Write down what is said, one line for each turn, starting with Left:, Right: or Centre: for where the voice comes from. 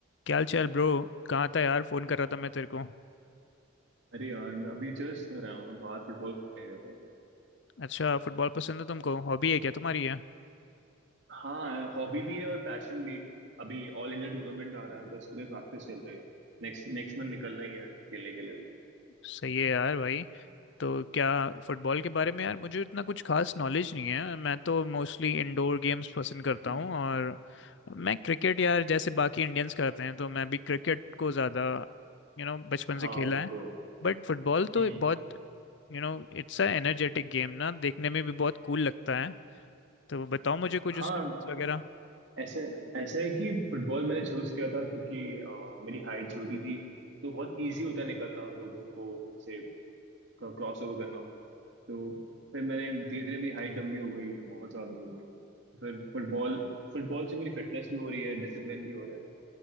Left: क्या हाल चाल ब्रो कहाँ था यार फोन कर रहा था मैं तेरे को
Right: अरे यार मैं अभी जस्ट घर आया हूँ मैं बाहर फुटबॉल खेलने गया था
Left: अच्छा फुटबॉल पसंद है तुमको हॉबी है क्या तुम्हारी है
Right: हाँ हॉबी भी है और पैशन भी अभी ऑल इंडिया टूर्नामेंट आ रहा है तो उसके लिए प्रैक्टिस चल रही है नेक्स्ट नेक्स्ट मंथ निकलना ही है खेलने के लिए
Left: सही है यार भाई तो क्या फुटबॉल के बारे में यार मुझे इतना कुछ खास नॉलेज नहीं है मैं तो मोस्टली इंडोर गेम्स पसंद करता
Right: <clears throat> हम्म।
Left: हूँ और मैं क्रिकेट यार जैसे बाकी इंडियंस करते हैं तो मैं भी क्रिकेट को ज़्यादा यू नो बचपन
Right: हाँ
Left: से खेला
Right: वो
Left: है
Right: तो
Left: बट फुटबॉल तो
Right: हम्म
Left: बहुत you know it's a energetic game ना देखने में भी बहुत कूल लगता है तो बताओ मुझे कुछ
Right: हाँ
Left: उसके रूल्स वगैरह
Right: ऐसे ऐसा है कि फुटबॉल मैंने चूज किया था क्योंकि अ, मेरी हाइट छोटी थी तो बहुत इजी होता है निकलना लोगों को ऐसे क्रॉस ओवर करना तो फिर मैंने धीरे धीरे मेरी हाइट लंबी हो गई बहुत ज्यादा लंबी हो गई फिर फुटबॉल फुटबॉल से मेरी फिटनेस भी हो रही है डिसिप्लिन भी हो रहा है